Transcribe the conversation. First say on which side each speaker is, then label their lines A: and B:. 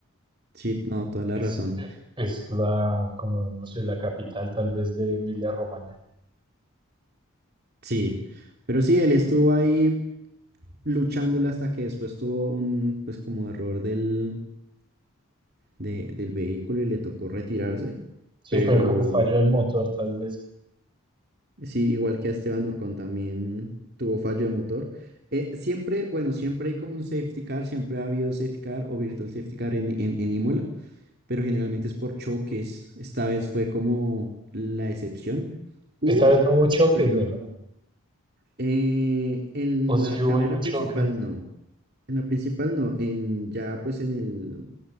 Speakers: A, on the right; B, on the right.
A: sí, no, toda la
B: Es,
A: razón,
B: es la, como, no sé, la capital tal vez de Emilia-Romagna.
A: sí, pero sí, él estuvo ahí luchándola hasta que después tuvo un, pues como error del, de- del vehículo y le tocó retirarse,
B: Sí,
A: pero
B: fue como fallo del motor tal vez.
A: Sí, igual que a Esteban Ocon también tuvo fallo de motor. Eh, siempre, bueno, siempre hay como un safety car, siempre ha habido safety car o virtual safety car en, en, en Imola, pero generalmente es por choques. Esta vez fue como la excepción. Hubo,
B: Esta vez no hubo choques,
A: pero
B: ¿verdad?
A: eh, en
B: O sí
A: la
B: hubo
A: carrera
B: algún choque
A: principal no. En la principal no, en ya pues en el